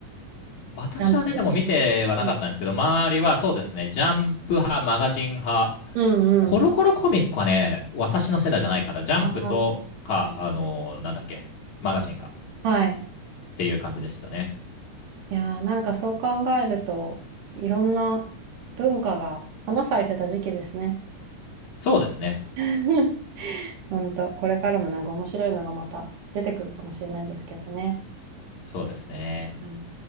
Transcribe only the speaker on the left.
私はね、
でも見てはなかったんですけど、
周りはそうですね、ジャンプ派、マガジン派、
コロコロコミックはね、私の世代じゃないから、ジャンプとか、
あのーなんだっけ、マガジンかっ
ていう感じでしたね。
そうですね。
そうですね。